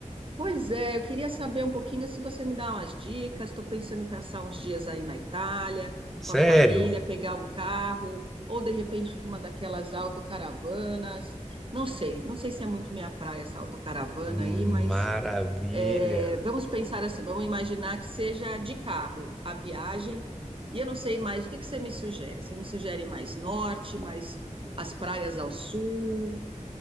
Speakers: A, on the right; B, in the centre.
A: pois é. Eu queria saber um pouquinho se você me dá umas dicas. Estou pensando em passar uns dias aí na Itália,
B: Sério?
A: com a família, pegar um carro, ou de repente uma daquelas autocaravanas. Não sei, não sei se é muito minha praia essa autocaravana
B: Hum,
A: aí, mas
B: Maravilha.
A: É, vamos pensar assim, vamos imaginar que seja de carro a viagem, e eu não sei mais, o que que você me sugere? Você me sugere mais norte, mais as praias ao sul?